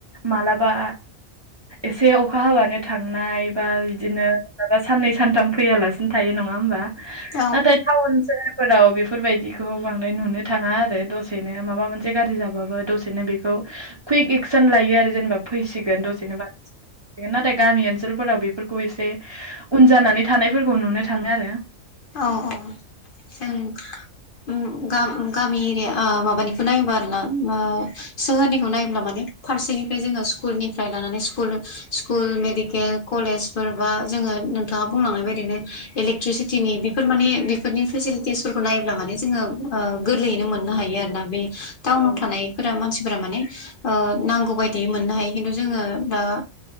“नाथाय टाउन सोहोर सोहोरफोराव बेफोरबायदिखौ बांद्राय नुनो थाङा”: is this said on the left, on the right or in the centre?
Right